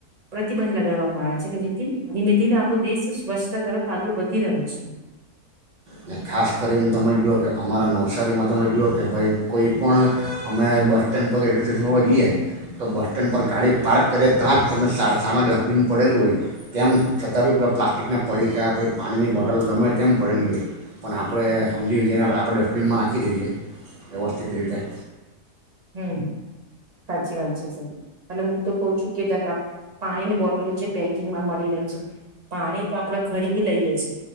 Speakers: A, on the right; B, on the right.
A: પ્રતિબંધ લગાડવામાં આવે છે કે જેથી ધીમે ધીમે આપ દેશ સ્વચ્છતા તરફ આગળ વધી રહ્યો છે.
B: અને ખાસ કરીને તમે જુઓ કે અમારા નવસારીમાં તમે જુઓ કે ભાઈ કોઈ પણ અમે બસ સ્ટેન્ડ પર રેલવે સ્ટેશન ઉપર જઈએ તો બસ સ્ટેન્ડ પર ગાડી પાર્ક કરીએ ત્યાં જ તમે સા સામે ડસ્ટબિન પડેલું હોય તેમ છતાં બી પલા પ્લાસ્ટિકના પડીકા પછી પાણીની બોટલ ગમે તેમ પડેલી હોય. પણ આપણે સમજી વિચારી ને આપણે ડસ્ટબિનમાં રાખી દઈએ વ્યવસ્થિત રીતે.
A: હમ સાચી વાત છે સા અને હું તો કઉ છું કે પાણી બોટલો જે પેકિંગમાં મળી રહી છે પાણી તો આપણે ખરીદી લઈએ છે